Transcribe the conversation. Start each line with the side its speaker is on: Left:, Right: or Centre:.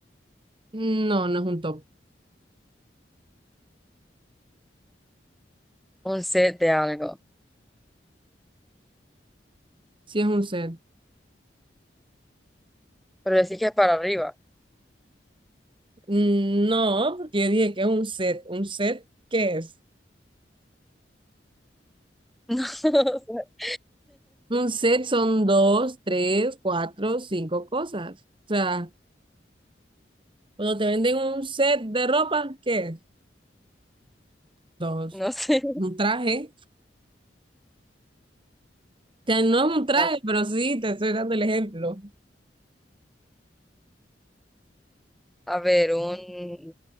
Right: No, no es un top.
Centre: Un set de algo.
Right: Sí, es un set.
Centre: Pero decís que es para arriba.
Right: Mm, No, porque yo dije que es un set. ¿Un set qué es?
Centre: <laughs>
Right: Un set son dos, tres, cuatro, cinco cosas. O sea, cuando te venden un set de ropa, ¿qué es? Dos.
Centre: No, sé. No sé.
Right: Un traje. O sea, no es un traje,
Centre: A,
Right: pero sí, te estoy dando el ejemplo.
Centre: a ver, un